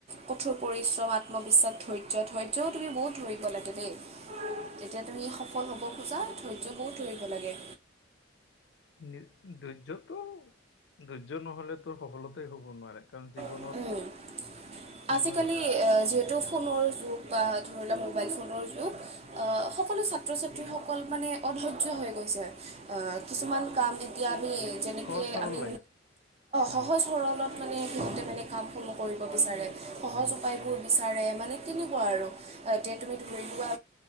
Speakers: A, on the right (about 35°); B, on the left (about 65°).
A: কঠোৰ পৰিশ্ৰম, আত্মবিশ্বাস, ধৈৰ্য, ধৈৰ্যও তুমি বহুত ধৰিব লাগে দেই। যেতিয়া তুমি সফল হ'ব খোজা, ধৈৰ্য বহুত ধৰিব লাগে।
B: <unintelligible> ধৈৰ্য্যটো ধৈৰ্য নহলেতো সফলতাই হ'ব নোৱাৰে কাৰণ জীৱনত
A: লাগে
B: তোমাৰ
A: আজিকালি যিহেতু ফোনৰ যুগ বা ধৰি লোৱা মোবাইল ফোনৰ যুগ আহ, সকলো ছাত্ৰ ছাত্ৰীসকল মানে অধৈয্য হৈ গৈছে। কিছুমান কাম এতিয়া আমি যেনেকে
B: সহজ সৰল
A: আমি
B: লাগে উম
A: সহজ সৰলত মানে সিহঁতে মানে কামসমূহ কৰিব বিচাৰে। সহজ উপায়বোৰ বিচাৰে মানে তেনেকুৱা আৰু তে তুমি ধৰি লোৱা